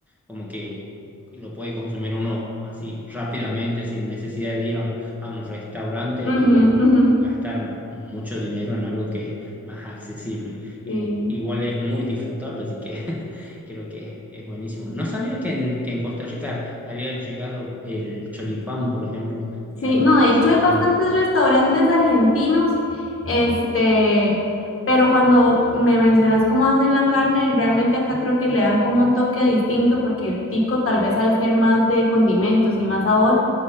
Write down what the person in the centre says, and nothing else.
como que lo puede consumir uno así rápidamente sin necesidad de ir a un, a un restaurante
y bueno,
gastar mucho dinero en algo que es más accesible
y igual es muy disfrutable, así que <laughs> creo que es buenísimo. No sabía que en, que en Costa Rica había llegado el choripán, por ejemplo,
es algo
que
me
sorprende.
Eh,